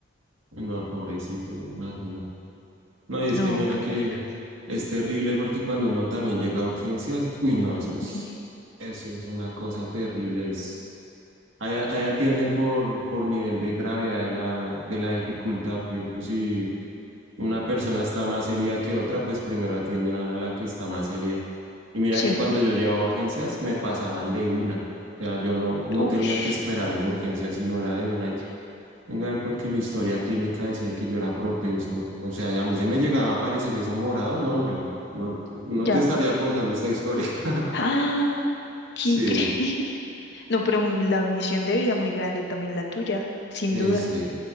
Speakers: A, on the right; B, on the left.
A: No, pobrecito, me imagino. No, y es
B: No,
A: que mira
B: pero
A: que
B: de verdad.
A: es terrible porque cuando uno también llega a urgencias, uy, no, eso es,
B: <laughs>
A: eso es una cosa terrible, es Ahí, ahí atienden por, por nivel de gravedad de la, de la dificultad. Por ejemplo, si una persona está más herida que otra, pues primero atienden a la, a la que está más herida. Y mira
B: Sí.
A: que cuando yo llevaba urgencias, me pasaban de una. O sea, yo no, no
B: Ush,
A: tenía que esperar en urgencias, sino era de una. Y, Venga, a ver, porque mi historia clínica decía que yo era propenso. O sea, a mí se me llegaba a aparecer eso morado. No, yo no, no
B: ya.
A: te estaría contando esta historia. <laughs>
B: ¡Ah! ¡Qué
A: Sí.
B: increíble! <laughs> No, pero la misión de vida muy grande también la tuya, sin
A: Eh,
B: duda.
A: sí,